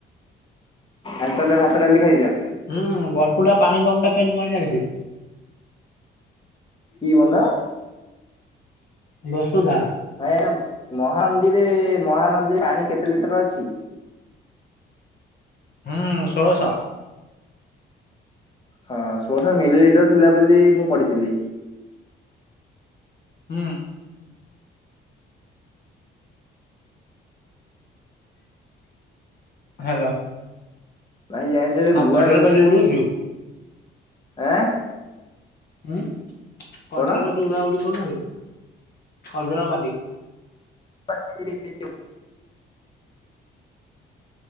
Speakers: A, on the left; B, on the left.
A: ଆଜି ତାହେଲେ ଭାତ ଡାଲି ଖାଇଛ।
B: ହୁଁ ବର୍ଷୁ ଟା ପାଣି ବମ ଟା କେମିତି କଣ ଚାଲିିଛି।
A: କି ବନ୍ଧ
B: ବସୁଧା।
A: ଭାଇ ଆ ମହାନଦୀରେ, ମହାନଦୀରେ ପାଣି କେତେ ଲିଟର ଅଛି?
B: ହୁଁ ଷୋଳଶହ।
A: ହଁ ଶୋ ଶ ମିଲିଲିଟର ଥିଲା ବୋଲି ମୁଁ ପଢିଥିଲି।
B: ହୁଁ ଉଁ। ହାଲୋ।
A: ଭାଇ ଜାଣିଛ ଏବେ ଗୁଆ
B: କଜଳ
A: ଗଛରେ,
B: ପାତି ଉଡଉଛୁ?
A: ଆଁ
B: ହୁଁ ଖଜଳ
A: କଣ
B: ପାଟି ଉଡା ଉଡି କରୁ ଖଜଳ ପାଟି।
A: ପାକ୍ଷି